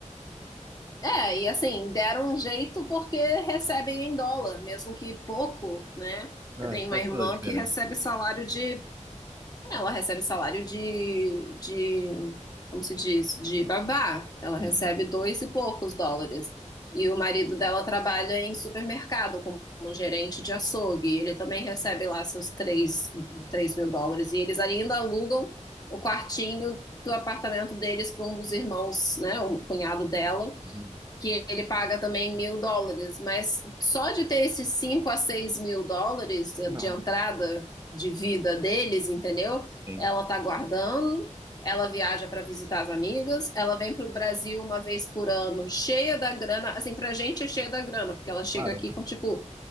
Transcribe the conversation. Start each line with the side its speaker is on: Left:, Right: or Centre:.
Left: É, e assim, deram um jeito porque recebem em dólar, mesmo que pouco, né?
Right: Não,
Left: Eu tenho
Right: isso
Left: uma
Right: faz
Left: irmã
Right: toda a diferença.
Left: que recebe salário de ela recebe salário de, de, como se diz, de babá. Ela recebe
Right: Uhum,
Left: dois e poucos dólares. E o marido dela trabalha em supermercado como um gerente de açougue. Ele também recebe lá seus três, três mil dólares. E eles ainda alugam o quartinho do apartamento deles para um dos irmãos, né, um cunhado dela,
Right: uhum.
Left: que ele paga também mil dólares, mas só de ter esses cinco a seis mil dólares de
Right: Nossa,
Left: de entrada de vida deles, entendeu?
Right: sim.
Left: Ela tá guardando, ela viaja para visitar as amigas, ela vem pro Brasil uma vez por ano, cheia da grana, assim, pra gente é cheia da grana, porque ela chega
Right: Claro,
Left: aqui com tipo